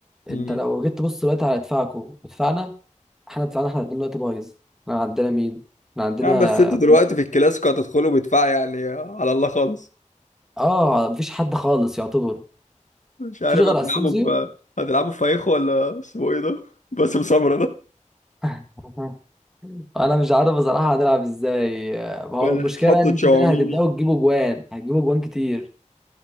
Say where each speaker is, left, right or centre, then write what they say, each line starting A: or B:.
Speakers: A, in the centre; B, on the left.
A: انت
B: امم
A: لو جيت تبص دلوقتي على ادفاعكو ودفعنا احنا دفعنا احنا الاتنين دلوقتي بايظ احنا عندنا مين؟ احنا عندنا
B: نعم بس انتوا
A: بن-
B: دلوقتي في الكلاسيكو هتدخلوا بدفاع يعني على الله خالص
A: اه مفيش حد خالص يعتبر
B: مش عارف
A: مفيش غير
B: هتلعبوا
A: اسينسيو
B: ب... هتلعبوا فايخو ولا اسمه ايه ده؟ باسم سمرة ده
A: <laughs> أها. انا مش عارف بصراحة هنلعب ازاي ما هو
B: ولا
A: المشكلة
B: تحطوا
A: بقى ان انتوا
B: تشاوميني
A: كده هتبدأوا تجيبوا جوان هتجيبوا جوان كتير